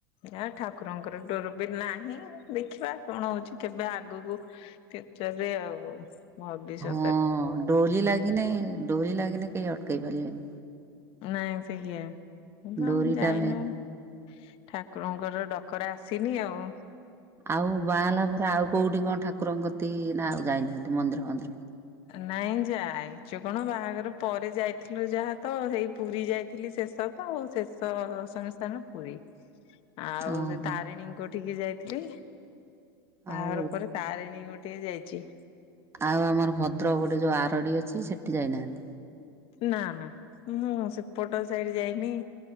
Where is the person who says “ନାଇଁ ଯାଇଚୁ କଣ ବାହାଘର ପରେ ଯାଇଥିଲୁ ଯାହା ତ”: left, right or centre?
Left